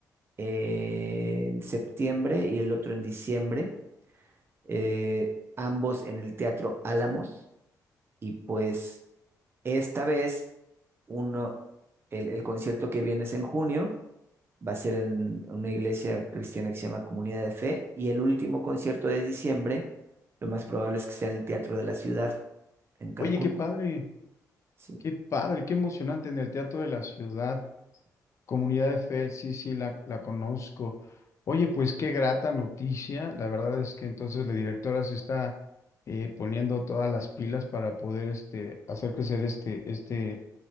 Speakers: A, on the right; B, on the left.
A: eh, en septiembre y el otro en diciembre, eh, ambos en el Teatro Álamos. Y pues esta vez uno, el, el concierto que viene es en junio Va a ser en una iglesia cristiana que se llama Comunidad de Fe. Y el último concierto de diciembre, lo más probable es que sea en el Teatro de la Ciudad, en Cancún.
B: Oye, qué padre,
A: Sí.
B: qué padre, qué emocionante en el Teatro de la Ciudad. Comunidad de Fe, sí, sí, la, la conozco. Oye, pues qué grata noticia. La verdad es que entonces la directora se está eh, poniendo todas las pilas para poder este, hacer crecer este, este,